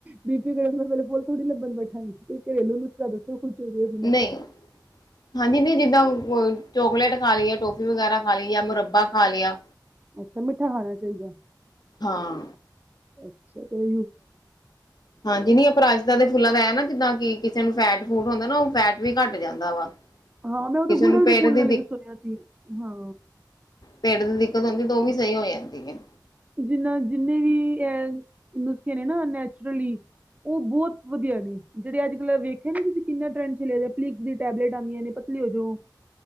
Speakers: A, on the right; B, on the left.
A: ਬੀਬੀ ਕਗਰ ਪੇਲੇ ਬੋਲ ਥੋੜੀ ਲੱਣ ਬੈਠਾਗੀ ਸੀ ਕੋਈ ਘਰੇਲੂ ਨੁਸਕਾਾ ਦੱਸੋ ਖੁਸ਼ ਹੋ ਜਾਵੇ ਉਹਦੇ ਨਾਲ
B: ਨਹੀਂ ਹਾਂਜੀ ਨ ਜਿੱਦਾਂ ਚੋਕਲੇਟ ਖਾ ਲਈਏ ਟੋਫੀ ਵਗੈਰਾ ਖਾ ਲਈ ਜਾਂ ਮੁਰੱਬਾ ਖਾ ਲਿਆ
A: ਅੱਛਾ ਮਿੱਠਾ ਖਾਣਾ ਚਾਹੀਦਾ
B: ਹਾਂ,
A: ਅੱਛਾ ਤੇ
B: ਹਾਂਜੀ ਨੀ ਅਪਰਾਜਤਾ ਦੇ ਫੁੱਲਾਂ ਦਾ ਹੈ ਨਾ ਜਿੱਦਾਂ ਕਿ ਕਿਸੇ ਨੂੰ ਫੈਟ ਫੂਟ ਹੁੰਦਾ ਨਾ ਉਹ ਫੈਟ ਵੀ ਘੱਟ ਜਾਂਦਾ ਵਾ
A: ਹਾਂ ਮੈਂ ਉਹਦੇ
B: ਕਿਸੇ
A: ਗੁੜਲ
B: ਨੂੰ ਪੇਟ
A: ਦੇ ਫੂਲ
B: ਦੀ
A: ਨਾਲ ਵੀ ਸੁਣਿਆ ਸੀ ਹਾਂ
B: ਪੇੜ ਦੀ ਦਿੱਕਤ ਹੁੰਦੀ ਤੇ ਉਹ ਵੀ ਸਹੀ ਹੋ ਜਾਂਦੀ ਹੈ
A: ਜਿੰਨਾ ਜਿੰਨੇ ਵੀ ਇਹ ਨੁਸਖੇ ਨੇ ਨਾ ਨੈਚੁਰਲੀ ਉਹ ਬਹੁਤ ਵਧੀਆ ਨੇ ਜਿਹੜੇ ਅੱਜ ਕਲ ਵੇਖੇ ਨਾ ਤੁਸੀਂ ਕਿੰਨਾ ਟਰੈਂਡ ਚਲੇ ਪ ਦੀ ਟੈਬਟ ਆਂ ਨੇ ਲਓ ਜੋ